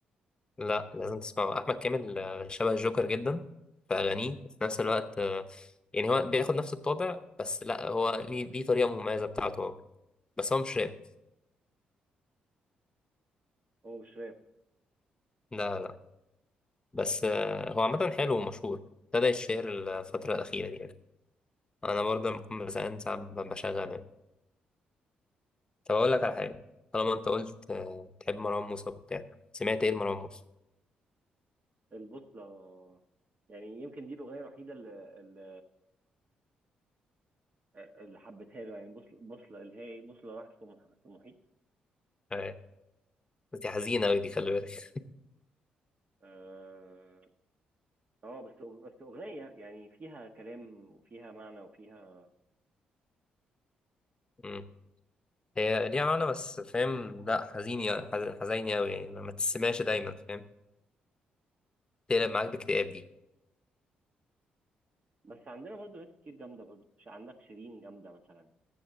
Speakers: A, on the left; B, on the right.
A: لا لازم تسمعه احمد كامل آه، شبه الجوكر جدا في اغانيه وفي نفس الوقت آه، يعني هو بياخد نفس الطابع بس لا هو ليه ليه طريقه مميزه بتاعته هو. بس هو مش راب
B: هو مش راب
A: لا لا بس آه، هو عامة حلو ومشهور ابتدى يتشهر الفترة الأخيرة دي يعني أنا برضه لما بكون بزهقان ساعات ب- بشغله يعني طب أقول لك على حاجة طالما أنت قلت آه، بتحب مروان موسى وبتاع سمعت إيه لمروان موسى؟
B: البوصلة يعني يمكن دي الأغنية الوحيدة اللي اللي, اللي حبيتها له يعني بوصلة بوصلة اللي هي إيه؟ بوصلة راحت في المح- في المحيط
A: آه، بس دي حزينة أوي دي خلي بالك
B: آه، اه بس أغ- بس اغنيه يعني فيها كلام وفيها معنى وفيها
A: مم. هي ليها معنى بس فاهم لأ حزينة حزينة أوي يعني ما ما تسمعش دايما فاهم تقلب معاك باكتئاب دي
B: بس عندنا برضو ناس كتير جامده برضو ش- عندك شيرين جامده مثلا